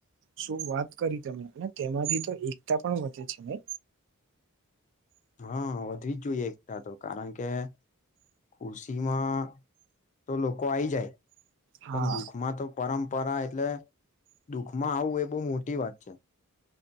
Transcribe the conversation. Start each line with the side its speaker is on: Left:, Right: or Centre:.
Right: શું વાત કરી તમે અને તેમાંથી તો એકતા પણ વધે છે. નય
Left: હા વધવી જ જોઈએ એકતા તો કારણ કે ખુશીમાં તો લોકો આઈ જાય.
Right: હા
Left: પણ દુઃખમાં તો પરંપ પરા એટલે દુઃખમાં આવું એ બો મોટી વાત છે.